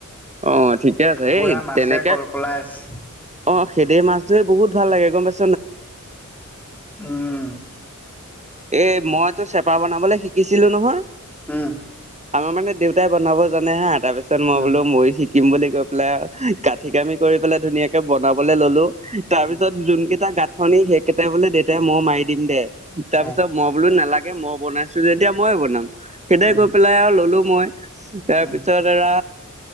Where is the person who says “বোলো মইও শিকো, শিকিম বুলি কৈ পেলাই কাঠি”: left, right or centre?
Right